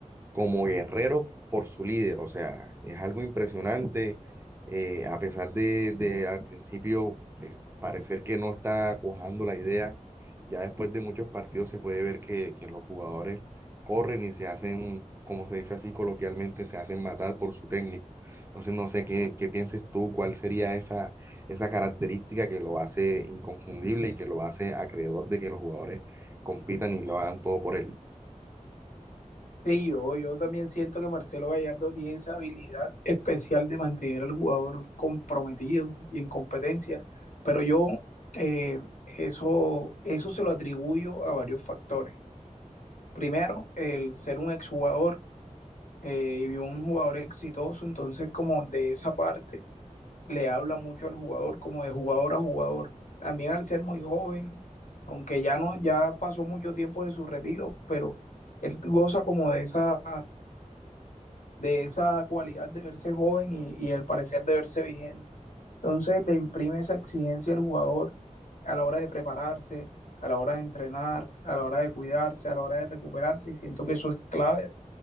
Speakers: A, on the right (about 20°); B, on the left (about 75°).
A: como guerrero por su líder. O sea, es algo impresionante, eh, a pesar de, de al principio eh, parecer que no está cuajando la idea, ya después de muchos partidos se puede ver que, que los jugadores corren y se hacen, como se dice así coloquialmente, se hacen matar por su técnico. Entonces, no sé qué, qué pienses tú, cuál sería esa, esa característica que lo hace inconfundible y que lo hace acreedor de que los jugadores compitan y lo hagan todo por él.
B: Sí, yo, yo también siento que Marcelo Gallardo tiene esa habilidad especial de mantener al jugador comprometido y en competencia, pero yo eh, eso, eso se lo atribuyo a varios factores. Primero, el ser un exjugador eh, y un jugador exitoso, entonces como de esa parte le habla mucho al jugador, como de jugador a jugador. También al ser muy joven, aunque ya no, ya pasó mucho tiempo de su retiro, pero él goza como de esa de esa cualidad de verse joven y, y el parecer de verse vigente. Entonces le imprime esa exigencia al jugador a la hora de prepararse, a la hora de entrenar, a la hora de cuidarse, a la hora de recuperarse, y siento que eso es clave